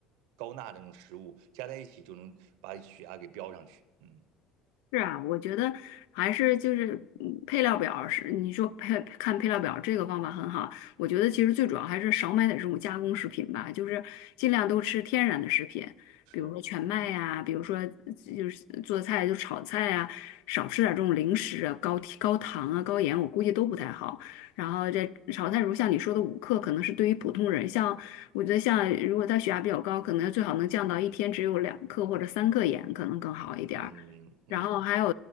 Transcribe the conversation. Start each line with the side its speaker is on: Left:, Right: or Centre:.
Right: 高钠的这种食物加在一起，就能把血压给飙上去。嗯，
Left: 是啊，我觉得还是就是嗯配料表是你说配看配料表这个方法很好，我觉得其实最主要还是少买点这种加工食品吧，就是尽量都吃天然的食品，
Right: 是，
Left: 比如说全麦呀、
Right: 嗯
Left: 比如说就是做菜就炒菜呀、少吃点这种零食啊，高提高糖啊、高盐，我估计都不太好。然后这炒菜，如像你说的五克，可能是对于普通人，像我觉得像如果他血压比较高，可能最好能降到一天只有两克或者三克盐，可能更好一点儿。
Right: 嗯嗯，
Left: 然后还有